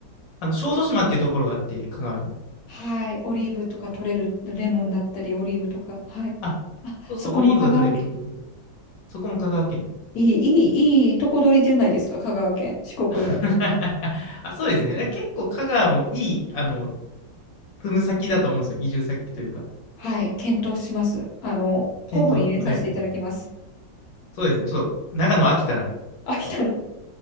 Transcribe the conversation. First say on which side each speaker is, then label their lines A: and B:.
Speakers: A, on the left; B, on the left.
A: あの小豆島っていうところがあって、香川に。
B: はい。オリーブとか取れる、レモンだったり、オリーブとか。はい。
A: あ、
B: あ、
A: そうそう、
B: そこも香川県。
A: オリーブが取れるところで、そこも香川県です。
B: いい、いい、いいとこ取りじゃないですか、香川県。四国の。
A: <laughs> あ、そうですね。だから結構香川もいい、あの、住む先だと思うんですよ。移住先というか。
B: はい。検討します。あの、
A: 検討、
B: 候補に入れさせていただきます。
A: はい。そうですね。ちょっと、長野飽きたら、
B: 飽きたら。